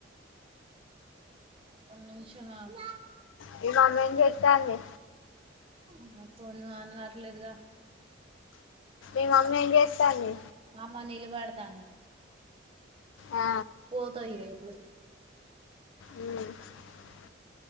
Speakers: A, on the right (about 30°); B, on the left (about 80°).
A: ఒక నిమిషం ఆగు
B: మీ మమ్మీ ఎమ్ చెతాంది
A: నా ఫోను ఆన్ కాట్లేదుగా
B: మీ మమ్మీ ఏం చేస్తాంది
A: మా అమ్మ నీళ్లు బడతంది
B: ఆ,
A: పోతది ఇగ ఇప్పుడు
B: ఉ